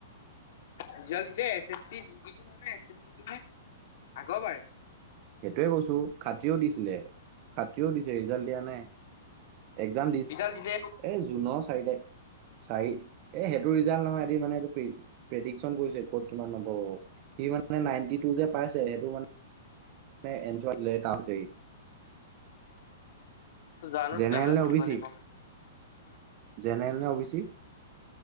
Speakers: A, on the left; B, on the right.
A: ৰিজালট দিলে S S C G ditto নহয় নহয় এছ এছ চি টোহে আগৰ বাৰ।
B: সেইটোৱে কৈছো খাত্ৰীও দিছিলে খাত্ৰীও দিছে ৰিজাল্ট দিয়া নাই। এক্সাম দিছ
A: ৰিজাল্ট দিলে
B: এ জুনৰ চাৰি তা চাৰি এ সেইটো ৰিজাল্ট নহয়। সিঢ মানে‌ এইটো প্ৰেদিকচন কৰিছে কত কিমান নম্বৰ পাব, সি মানে নাইন্টি টু যে পাইছে সেইটো মা এই এল জি লেট আছে সি।
A: জানো
B: জেনেৰেল
A: তেতিয়াহ'লে
B: নে
A: সুধিব
B: অ বি চি?
A: লাগিব
B: জেনেৰেল নে O B C?